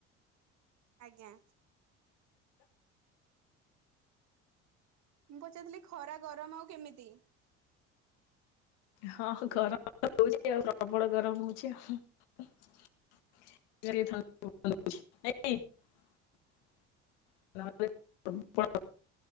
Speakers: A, on the right; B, on the left.
A: ଆଜ୍ଞା। ମୁଁ ପଚାରୁଥିଲି ଖରା ଗରମ ଆଉ କେମିତି?
B: ହଁ ଗରମ ହଉଛି ଆଉ ପ୍ରବଳ ଗରମ ହଉଛି ଆଉ। <inaudible> <inaudible>